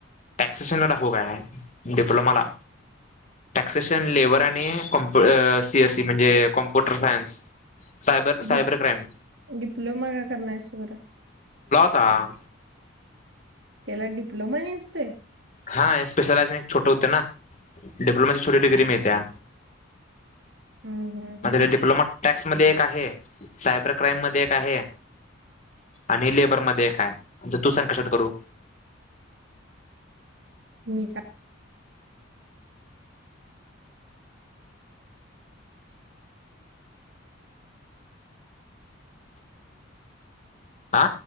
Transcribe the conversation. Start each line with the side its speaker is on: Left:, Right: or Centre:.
Left: टॅक्सेशनला दाखव काय डिप्लोमाला टॅक्सेशन लेबर आणि कॉमप सीएसईी म्हणजे computer science cyber cyber
Right: D
Left: crime
Right: diploma का करणार आहेस तू बर
Left: हा..
Right: त्याला डिप्लोमानी असतय?
Left: हा स्पेशलायेशन छोट होते ना डिप्लोमाची छोटी डिग्री मिळत्या
Right: हम्म हम्म
Left: म
Right: हम्म
Left: <unintelligible> डिप्लोमा टॅक्स मध्ये एक आहे सायबर क्राईम मध्ये एक आहे, आणि लेबर मध्ये देखाय म्हणजे तू सांग कशात करू?
Right: हम्म खा <unintelligible>
Left: आ..